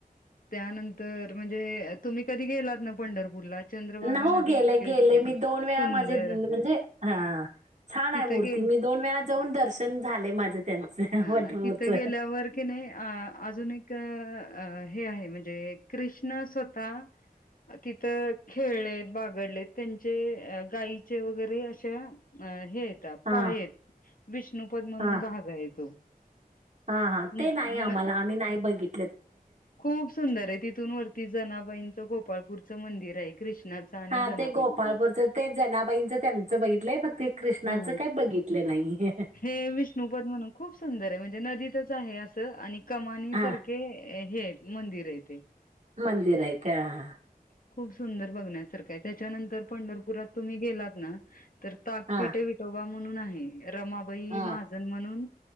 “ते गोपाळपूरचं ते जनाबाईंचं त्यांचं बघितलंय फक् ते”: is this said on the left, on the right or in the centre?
Right